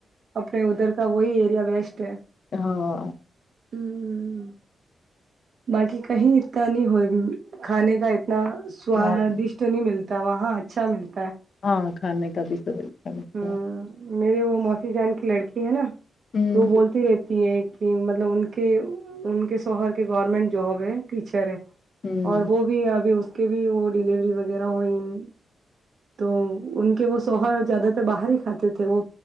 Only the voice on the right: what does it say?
اپنے ادھر کا وہی ہے بیسٹ ہے
ہوں بقعی کہیں نہیں ہو کھانے کا اتنا سوادشٹ
نہیں ملتا تب وہاں اچھا ملتا <unintelligible>
ہ
میرے وہ موسی جان کی لڑکی ہے نا
تو وہ بولتی رہتی ہے کہ مطلب ان کے ان کے شوہر کہ گورنمنٹ جابب ہے ٹیچر ہے
اور وہ بھی ابھی اس کے بھی وہ ڈیلیوری وغیرہ ہوئ <unintelligible> تو ان کے وہ سوہر زیادہ تر باہر ہی کھاتے تھے وہ